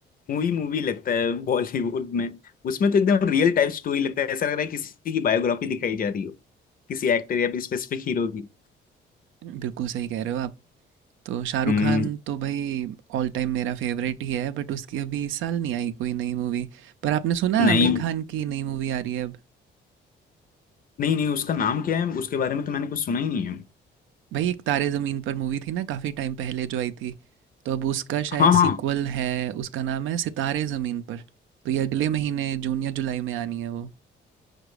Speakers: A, on the left; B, on the right.
A: मूवी मूवी लगता है बॉलीवुड में उसमें तो एकदम रियल टाइप स्टोरी लगता है ऐसा लग रहा है किसी की बायोग्राफी दिखाई जा रही हो किसी एक्टर या स्पेसिफिक हीरो की
B: बिल्कुल सही कह रहे हो आप तो शाहरुख
A: हम्म
B: खान तो भाई ऑल टाइम मेरा फेवरेट ही है बट उसकी अभी इस साल नहीं आई कोई नई मूवी पर आपने सुना
A: नहीं
B: आमिर खान की नई मूवी आ रही है अब
A: नहीं नहीं उसका नाम क्या है उसके बारे में तो मैंने कुछ सुना ही नहीं है
B: भाई एक तारे ज़मीन पर मूवी थी ना काफ़ी टाइम पहले जो आई थी तो अब उसका शायद
A: हाँ हाँ
B: सीक्वल है उसका नाम है सितारे ज़मीन पर तो ये अगले महीने जून या जुलाई में आनी है वो